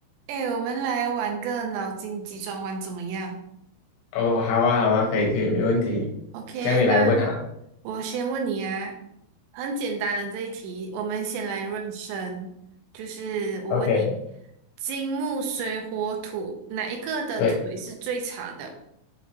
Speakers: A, on the right; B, on the left.
A: 哎，我们来玩个脑筋急转弯怎么样
B: 哦，好啊，好啊，可以，可以，没问题。
A: ？OK，
B: 这样你来问好了。
A: 那我先问你啊，很简单的这一题，我们先来热身，就是我问你，
B: OK，OK，
A: 金木水火土哪一个的腿是最长的？
B: 对，